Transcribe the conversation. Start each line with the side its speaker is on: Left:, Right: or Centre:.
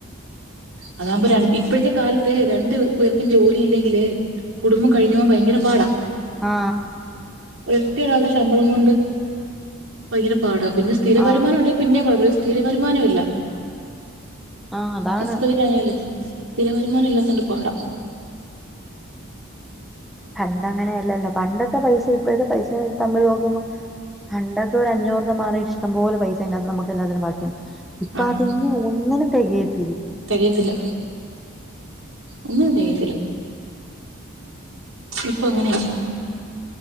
Right: അതാകുമ്പോ ഇപ്പോഴത്തെ കാലത്ത് രണ്ട് പേർക്കും ജോലി ഇല്ലെങ്കില് കുടുംബം കഴിഞ്ഞ് പോകാൻ ഭയങ്കര പാടാ
Centre: ആ
Right: ഒരു ഒറ്റ ഒരാളുടെ ശമ്പളം കൊണ്ട് ഭയങ്കര പാടാ പിന്നെ സ്ഥിര
Centre: ആ
Right: വരുമാനം ഉണ്ടങ്കി പിന്നെയും കുഴപ്പമില്ല സ്ഥിര വരുമാനം ഇല്ല
Centre: ആ അതാണ്
Right: ഹസ്ബൻ്റിന് ആയാലും സ്ഥിര വരുമാനം ഇല്ലാത്തോണ്ട് പാടാ
Centre: പണ്ട് അങ്ങനെ ഇല്ലല്ല പണ്ടത്തെ പൈസയും ഇപ്പഴത്ത പൈസയും തമ്മിൽ നോക്കുമ്പോ പണ്ടൊക്ക ഒരു അഞ്ഞൂറ് രൂപ മാറി ഇഷ്ടം പോല പൈസ ഇതിനാത്തൂന്ന് നമുക്ക് എല്ലാത്തിനും ബാക്കി ഇപ്പൊ
Right: ആഹ്
Centre: അതിന് ഒന്നിനും <unintelligible>
Right: തികയത്തില്ല ഒന്നിനും തികയത്തില്ല ഇപ്പൊ എങ്ങനെയായി